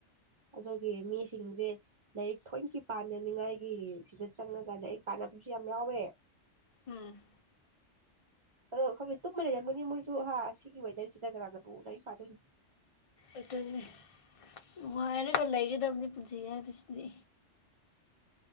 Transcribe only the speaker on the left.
ꯎꯝ
ꯑꯗꯨꯅꯦ ꯅꯨꯡꯉꯥꯏꯔꯒ ꯂꯩꯒꯗꯕꯅꯤ ꯄꯨꯖꯤꯁꯤ